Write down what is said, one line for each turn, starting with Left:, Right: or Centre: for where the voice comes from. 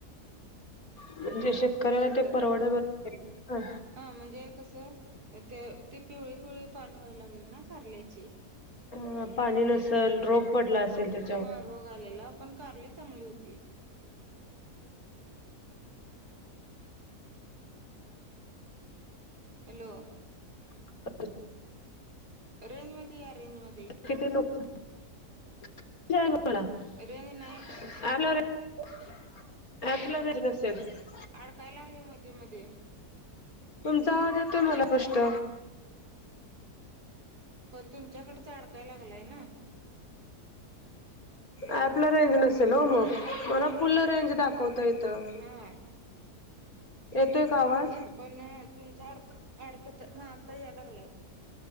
Left: म्हणजे शेतकऱ्याला
Right: शेतकऱ्यांनी
Left: ते परवड. <inaudible>
Right: हा म्हणजे कसं ते ते पिवळी-पिवळी पान व्हाय लागली ना कारल्याची.
Left: आं पाणी नसेल रोग पडला असेल त्या.
Right: हा रोग आलेला पण कारली चांगली होती. हॅलो.
Left: <unintelligible>
Right: रेंज मध्ये या रेंज मध्ये.
Left: <unintelligible>
Right: रेंज नाय
Left: <unintelligible>
Right: अडकाय लावले मध्ये-मध्ये.
Left: तुमचा आवाज येतोय मला पष्ट.
Right: पण तुमच्याकडचा अडकाय लागलाय ना.
Left: ऍपलं रेंज नसेल हो म मला फुल रेंज दाखवत. त येतं
Right: हा
Left: येतोय का आवाज?
Right: पण तुमचा अडकं अडकत हा आता यायला लागलाय.